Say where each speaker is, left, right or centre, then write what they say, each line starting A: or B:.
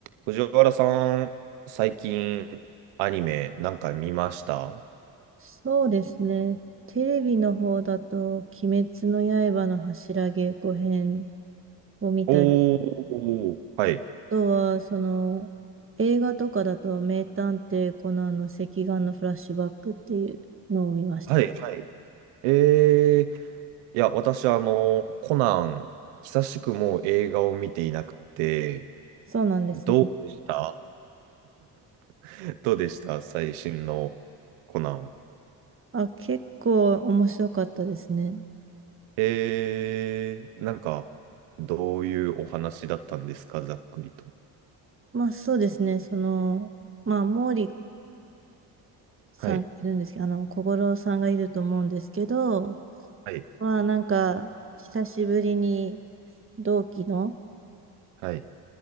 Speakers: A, on the right (about 85°); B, on the right (about 25°).
A: 藤原さん、最近アニメなんか見ました
B: そうですね。テレビの方だと、鬼滅の刃の柱稽古編を見たり、
A: お
B: あ
A: ー、はい。
B: とは、その、映画とかだと、名探偵コナンの赤眼のフラッシュバックっていうのを見ました。
A: はい、はい。えー、いや、私、あの、コナン、久しくもう映画を見ていなくて、
B: そうなんですね。
A: どうでした <laughs> どうでした最新のコナン。
B: あ、結構面白かったですね。
A: えー、なんか、どういうお話だったんですかざっくりと。
B: まあそうですね。その、まあ、毛利さんがいるんですけど、
A: はい、
B: あの、小五郎さんがいると思うんですけど、
A: はい、
B: まあなんか、久しぶりに同期の、
A: はい、